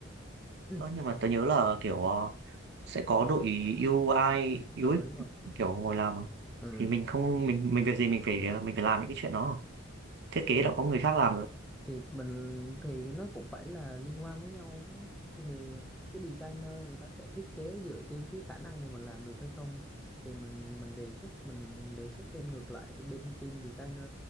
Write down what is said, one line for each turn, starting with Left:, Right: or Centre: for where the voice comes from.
Centre: ừ,
Right: Ơ, nhưng mà tớ nhớ là kiểu ờ, sẽ có đội UI, UX
Centre: ừ đúng rồi
Right: kiểu ngồi làm mà.
Centre: ừ,
Right: Thì mình không mình mình việc gì mình phải ờ, mình phải làm những cái chuyện đó. Thiết kế
Centre: ừ.
Right: đã có người khác làm rồi.
Centre: thì mình thì nó cũng phải là liên quan với nhau á. thì cái designer người ta sẽ thiết kế dựa trên cái khả năng mà mình làm được hay không thì mình mình đề xuất mình đề xuất lên ngược lại thì bên team designer